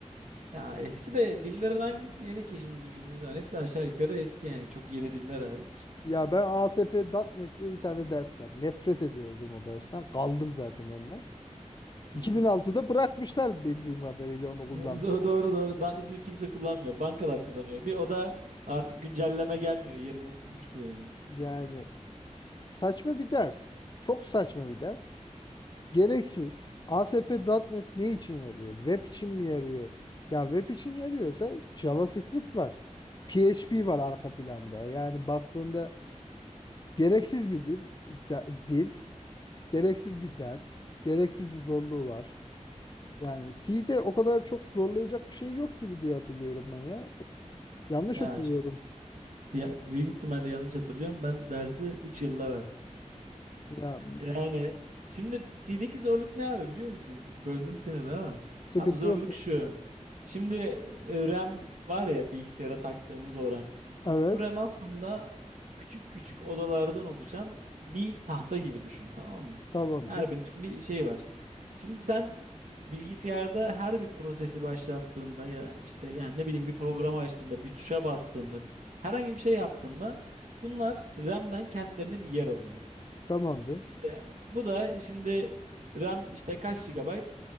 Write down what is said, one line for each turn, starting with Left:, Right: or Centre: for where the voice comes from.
Right: Ya eski de dillerin hangisi yeni ki şimdi düşündüğün zaman hepsi aşağı yukarı eski yani çok yeni diller hariç.
Left: Ya ben A S P nokta Net diye bir tane ders var. Nefret ediyordum o dersten. Kaldım zaten ondan.
Right: Hı
Left: 2006'da
Right: hı.
Left: bırakmışlar bildiğim kadarıyla onu
Right: <laughs>
Left: kullanmayı.
Right: Do- Doğru doğru. Daha ne dil kimse kullanmıyor. Bankalar kullanıyor. Bir o da artık güncelleme gelmiyor yerine oturmuş diye.
Left: Yani saçma bir ders. Çok saçma bir ders. Gereksiz. A S P nokta Net ne için yarıyor? Web için mi yarıyor? Ya web için yarıyorsa JavaScript var. P H P var arka planda. Yani baktığında Gereksiz bir dil, de- dil, gereksiz bir ders, gereksiz bir zorluğu var. Yani C'de o kadar çok zorlayacak bir şey yok gibi diye hatırlıyorum ben ya. Yanlış
Right: Ya,
Left: hatırlıyorum.
Right: ş- ya büyük ihtimalle yanlış hatırlıyorum. Ben dersi 3 yılda verdim.
Left: Ya
Right: Yani şimdi C'deki zorluk ne abi biliyor musun? Böldüm seni de ama.
Left: sıkıntı
Right: Abi zorluk
Left: yok. dedim.
Right: şu. Şimdi e, RAM var ya bilgisayara taktığımız o RAM.
Left: Evet,
Right: Bu RAM aslında küçük küçük odalardan oluşan bir tahta gibi düşün tamam mı?
Left: tamamdır.
Right: Her birinin bir şey var. Şimdi sen bilgisayarda her bir prosesi başlattığında ya işte yani ne bileyim bir programı açtığında bir tuşa bastığında herhangi bir şey yaptığında bunlar RAM'den kendilerine bir yer alıyor.
Left: Tamamdır.
Right: İşte bu da şimdi RAM işte kaç GB?